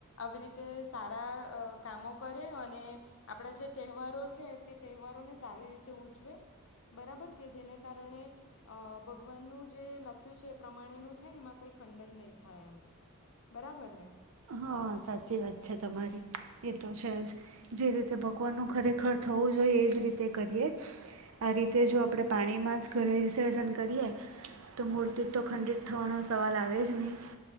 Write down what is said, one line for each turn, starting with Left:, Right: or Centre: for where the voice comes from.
Left: આવી રીતે તે સારા કામો કરે અને આપણા જે તહેવારો છે તે તહેવારોને સારી રીતે ઉજવે બરાબર કે જેને કારણે અ ભગવાનનું જે લખ્યું છે એ પ્રમાણેનું થાય એમાં કઈ ખંડન નહીં થાય એમ બરાબર ને.
Right: હા સાચી વાત છે તમારી એ તો છે જ જે રીતે ભગવાનનું ખરેખર થવું જોઈએ એજ રીતે કરીએ આ રીતે જો આપણે પાણીમાં જ ઘરે વિસર્જન કરીએ તો મૂર્તિ તો ખંડિત થવાનો સવાલ આવે જ નહી